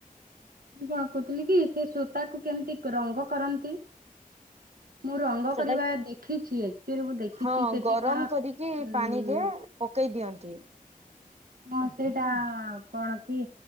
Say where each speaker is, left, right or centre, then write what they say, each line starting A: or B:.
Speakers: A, on the right; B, on the right.
A: କିଅଁ କହୁଥିଲି କି ସେ ସୂତା କୁ କେମିତି ରଙ୍ଗ କରନ୍ତି। ମୁଁ ରଙ୍ଗ
B: ସେଟା
A: କରିବା ଦେଖିଛି ଆକ୍ଚୁଆଲି୍ ମୁଁ ଦେଖିଛି
B: ହଁ
A: ସେଠି
B: ଗରମ
A: କଣ
B: କରିକି
A: ଉ
B: ପାଣିରେ ପକେଇ ଦିଅନ୍ତି।
A: ହଁ ସେଇଟା କଣ କି?